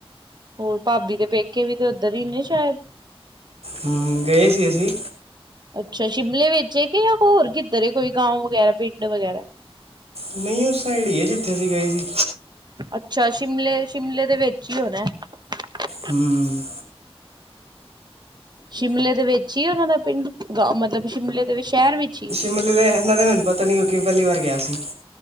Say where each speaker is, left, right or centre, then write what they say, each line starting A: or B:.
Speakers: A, on the right; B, on the right.
A: ਹੋਰ ਭਾਬੀ ਦੇ ਪੇਕੇ ਵੀ ਤੇ ਉੱਧਰ ਨੀ ਨੇ ਸ਼ਾਇਦ।
B: ਹੂੰ ਗਏ ਸੀ ਅਸੀਂ।
A: ਅੱਛਾ ਸ਼ਿਮਲੇ ਵਿੱਚ ਹੈ ਕਿ ਜਾਂ ਹੋਰ ਕਿੱਧਰ ਹੈ ਕੋਈ ਗਾਉ ਵਗੈਰਾ ਪਿੰਡ ਵਗੈਰਾ?
B: ਨਹੀਂ ਉਸ ਸਾਈਡ ਈ ਏ ਜਿੱਥੇ ਅਸੀਂ ਗਏ ਸੀ।
A: ਅੱਛਾ ਸ਼ਿਮਲੇ- ਸ਼ਿਮਲੇ ਦੇ ਵਿੱਚ ਹੀ ਹੋਣਾ ਐ।
B: ਹੂੰ।
A: ਸ਼ਿਮਲੇ ਦੇ ਵਿੱਚ ਹੀ ਉਨਾਂ ਦਾ ਪਿੰਡ? ਗ ਮਤਲਬ ਸਿਮਲੇ ਤੇ ਸ਼ਹਿਰ ਵਿੱਚ ਈ ਏ।
B: <unintelligible> ਇਨਾਂ ਤੇ ਮੈਨੂੰ ਪਤਾ ਨੀ ਕਿਉਂਕਿ ਮੈਂ ਪਹਿਲੀ ਵਾਰ ਗਿਆ ਸੀ।